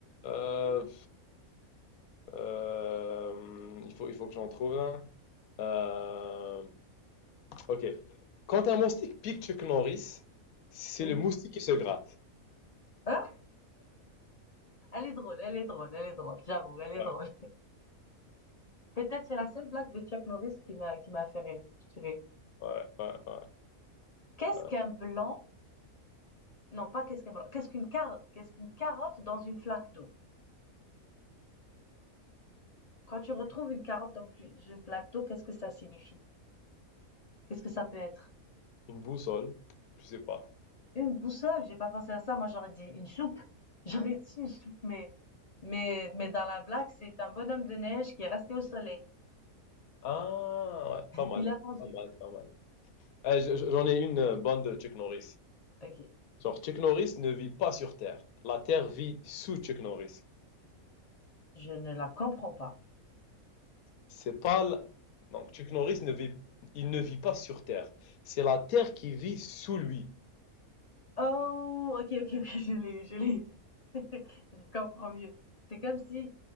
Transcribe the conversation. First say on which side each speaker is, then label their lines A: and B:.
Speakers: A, on the left; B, on the left.
A: Euh, euh, il faut, il faut que j'en trouve là. Euh, ok. Quand un moustique pique Chuck Norris, c'est
B: Oui.
A: le moustique qui se gratte.
B: Ah, elle est drôle, elle est drôle, elle est drôle, j'avoue, elle est
A: Ouais,
B: drôle. Peut-être c'est la seule blague de Chuck Norris qui m'a, qui m'a fait rire, je dirais.
A: ouais, ouais, ouais,
B: Qu'est-ce
A: ouais.
B: qu'un blanc? Non, pas qu'est-ce qu'un blanc. Qu'est-ce qu'une carotte? Qu'est-ce qu'une carotte dans une flaque d'eau? Quand tu retrouves une carotte dans une flaque d'eau, qu'est-ce que ça signifie? Qu'est-ce que ça peut être?
A: Une boussole, je sais pas.
B: Une boussole, j'ai pas pensé à ça, moi j'aurais dit une soupe. J'aurais dit une soupe, mais Mais mais dans la blague, c'est un bonhomme de neige qui est resté au soleil.
A: Ah, ouais, pas mal,
B: Il a fondu.
A: pas mal, pas mal. Eh, je- je- j'en ai une euh, bonne de Chuck Norris.
B: OK,
A: Genre, Chuck Norris ne vit pas sur Terre. La Terre vit sous Chuck Norris.
B: je ne la comprends pas.
A: C'est pas la- donc Chuck Norris ne vit il ne vit pas sur Terre. C'est la Terre qui vit sous lui.
B: Oh! OK, OK, OK, je l'ai eu, je l'ai eu, je l'ai eu. <laughs> Je comprends mieux. C'est comme si,